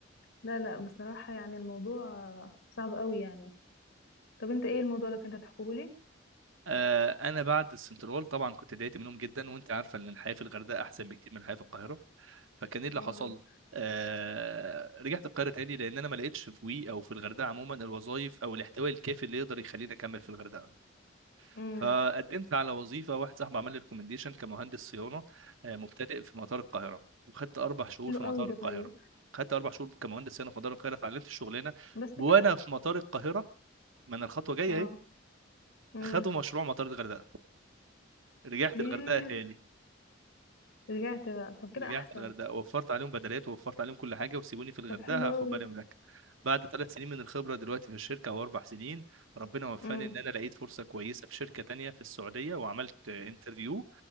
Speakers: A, on the left; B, on the right.
A: لا لا بصراحه يعني الموضوع صعب قوي يعني طب انت ايه الموضوع اللي كنت هتحكيه لي
B: آه انا بعد السنترول طبعا كنت ضايقت منهم جدا وانت عارفه ان الحياه في الغردقه احسن بكتير من الحياه في القاهره فكان ايه اللي
A: اه
B: حصل آه رجعت القاهره تاني لان انا ما لقيتش في وي او في الغردقه عموما الوظائف او الاحتواء الكافي اللي يقدر يخليني اكمل في الغردقه
A: امم
B: فقدمت على وظيفه واحد صاحبي عمل لي ريكومنديشن كمهندس صيانه آه مبتدئ في مطار القاهره وخدت اربع شهور
A: حلو
B: في مطار
A: قوي
B: القاهره
A: ده طيب
B: خدت اربع شهور كمهندس صيانه في مطار القاهره اتعلمت الشغلانه
A: بس
B: وانا
A: كده
B: في مطار القاهره ما انا الخطوه جايه
A: اه
B: اهي
A: امم
B: خدوا مشروع مطار الغردقه رجعت
A: ياه
B: الغردقه تاني
A: رجعت بقى طب كده
B: رجعت
A: احسن
B: الغردقه وفرت عليهم بدلات ووفرت عليهم كل حاجه وسيبوني في الغردقه
A: طب حلو قوي
B: هاخد بالي من الاكل بعد ثلاث سنين من الخبره دلوقتي في الشركه او اربع سنين ربنا وفقني
A: امم
B: ان انا لقيت فرصه كويسه في شركه تانية في السعوديه وعملت انترفيو